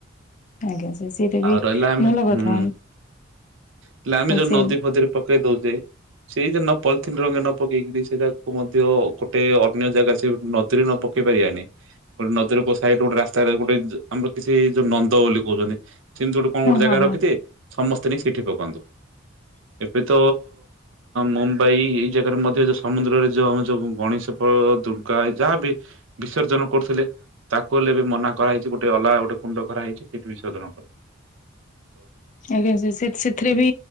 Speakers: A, on the left (about 40°); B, on the right (about 75°).
A: ଆଜ୍ଞା ସେ ସେଇଟା ବି
B: ଆଉ ରହିଲା ଆମେ
A: ଭଲ କଥା
B: ହୁଁ ହେଲେ ଆମେ
A: ମାନେ
B: ଯୋଉ
A: ସେ
B: ନଦୀ ଫଦରେ ପକେଇ ଦଉଛେ! ସେଇ ଜ ପ ରଙ୍ଗେ ନ ପକେଇ ସେଇ ମଧ୍ୟ ଗୋଟେ ଅନ୍ୟ ଜାଗାରେ ସେ ନଦୀରେ ନ ପକେଇ ପାରିବାନି ଗୋଟେ ନଦୀରେ କୋ ଗୋଟେ ରାସ୍! ତାର ଗୋଟେ ଆମର କିଛି ଯୋଉ ନନ୍ଦ ବୋଲି କହୁଛନ୍ତି ସେମିତି ଗୋଟେ କଣ
A: ହଁ
B: ଗୋଟେ
A: ହଁ
B: ଜାଗା
A: ହଁ
B: ରଖିଥେ ସମସ୍ତେ ନେଇ ସେଇଠି ପକାନ୍ତୁ। ଏବେ ତ? ମୁମ୍ବାଇ ଏଇ ଜାଗାରେ ମଧ୍ୟ ଯୋଉ ସମୁଦ୍ରରେ ଯୋଉ ଆମ ଯୋଉ ଗଣେଶ ଫଳ ଦୁର୍ଗା ଯାହା ବି ବିସର୍ଜନ କରୁଥିଲେ ତାକୁ ହେଲେ? ମନା କରାହେଇଛି ଗୋଟେ ଅଲଗା ଗୋଟେ କୁଣ୍ଡ କରାହେଇଛି ସେଠି ବିଶୋଜନ କରୁ
A: ଆଜ୍ଞା ସେଥିରେ ବି